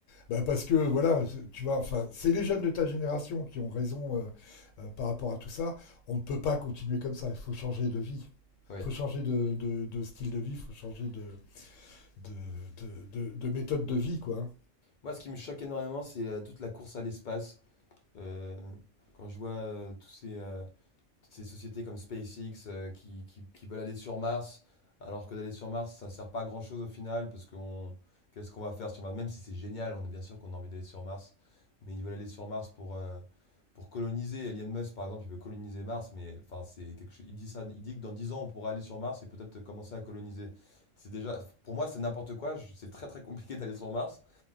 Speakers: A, on the left (about 75°); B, on the left (about 60°).
A: Bah parce que voilà, c'est- tu vois, enfin, c'est les jeunes de ta génération qui ont raison euh, euh, par rapport à tout ça. On ne peut pas continuer comme ça. Il faut changer de vie
B: Ouais.
A: Il faut changer de, de, de, style de vie, Il faut changer de, de, de, de, de méthode de vie, quoi.
B: Moi, ce qui me choque énormément, c'est euh, toute la course à l'espace. Euh, quand je vois euh, tous ces, euh, toutes ces sociétés comme SpaceX euh, qui, qui- qui veulent aller sur Mars, alors que d'aller sur Mars, ça ne sert pas à grand-chose au final, parce qu'on, qu'est-ce qu'on va faire sur Mars? Même si c'est génial, on est bien sûr qu'on a envie d'aller sur Mars, mais ils veulent aller sur Mars pour, euh, pour coloniser. Elon Musk, par exemple, il veut coloniser Mars, mais enfin, c'est quelque chose. Il dit ça, il dit que dans 10 ans, on pourra aller sur Mars et peut-être commencer à coloniser. C'est déjà, pour moi, c'est n'importe quoi. je- C'est très très compliqué d'aller sur Mars.